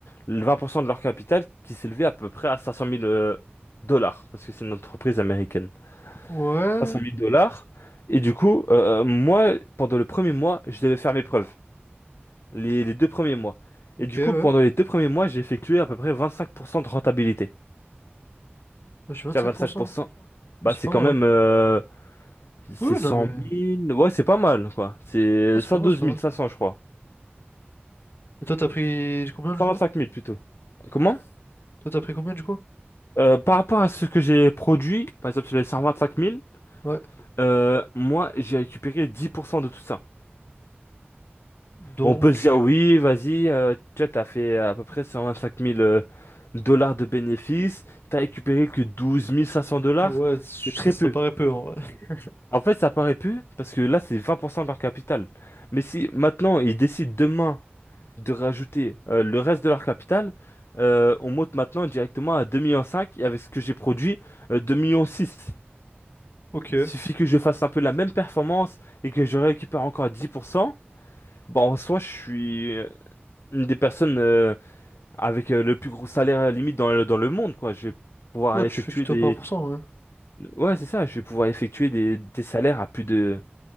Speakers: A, on the left (about 80°); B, on the left (about 65°).
A: Le 20% de leur capital qui s'élevait à peu près à 500 000 euh, dollars, parce que c'est une entreprise américaine.
B: Ouais,
A: 500 000 dollars. Et du coup, euh, moi, pendant le premier mois, je devais faire mes preuves. Les, les deux premiers mois.
B: ok,
A: Et du
B: ouais.
A: coup, pendant
B: Moi,
A: les deux premiers mois, j'ai effectué à peu près 25% de rentabilité.
B: je suis 25%.
A: Tu vois, 25%, bah,
B: C'est
A: c'est
B: pas
A: quand
B: mal,
A: même
B: hein.
A: euh, C'est
B: Oui,
A: cent
B: non, mais.
A: mille Ouais, c'est pas mal, quoi. C'est
B: Ah, c'est
A: cent
B: pas mal,
A: douze
B: c'est pas
A: mille
B: mal.
A: cinq cents je crois.
B: Et toi, t'as pris combien du
A: cent
B: coup?
A: vingt cinq mille plutôt. Comment?
B: Toi, t'as pris combien du coup?
A: Euh, par rapport à ce que j'ai produit, par exemple sur les 125 000,
B: Ouais.
A: euh, moi, j'ai récupéré 10% de tout ça.
B: Donc.
A: On peut se dire, oui, vas-y, euh, tu vois, t'as fait à peu près 125 000 euh, dollars de bénéfices, t'as récupéré que douze mille cinq cents dollars,
B: Ouais, ça,
A: c'est très
B: ça
A: peu.
B: paraît peu en vrai. <laughs>
A: En fait, ça paraît peu, parce que là, c'est 20% de leur capital. Mais si maintenant, ils décident demain de rajouter euh, le reste de leur capital, euh, on monte maintenant directement à 2,5 millions et avec ce que j'ai produit, euh, 2,6 millions.
B: Ok.
A: Il suffit que je fasse un peu la même performance et que je récupère encore 10%. Bon, en soi, je suis euh, une des personnes euh, avec euh, le plus gros salaire euh, limite dans le, dans le monde, quoi. Je vais pouvoir
B: Ouais,
A: effectuer
B: tu fais du top
A: des...
B: 1%, ouais.
A: Ouais, c'est ça, je vais pouvoir effectuer des, des salaires à plus de,